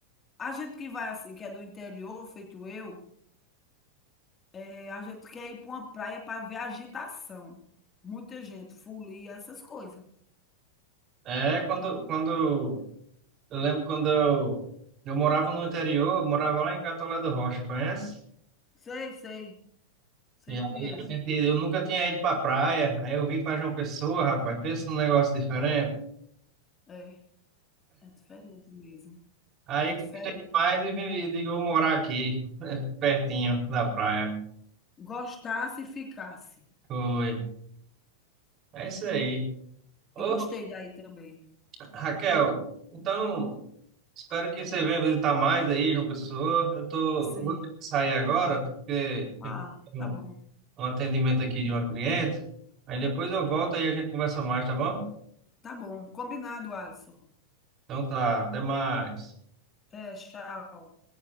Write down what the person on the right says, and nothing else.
É, é, quando, quando eu lembro quando eu, eu morava no interior, eu morava lá em Catolé do Rocha, conhece?
E aí,
a gente- eu nunca tinha ido pra praia, aí eu vim pra João Pessoa, rapaz, pensa num negócio diferente.
Aí
gostei demais e vim- e digo, vou morar aqui, pertinho da praia.
Foi. É isso aí. Ô,
Raquel, então, espero que você venha visitar mais aí, João Pessoa. Eu tô,
eu vou ter que sair agora, porque tem
um,
um atendimento aqui de uma cliente. Aí depois eu volto e a gente conversa mais, tá bom?
Então tá, até mais.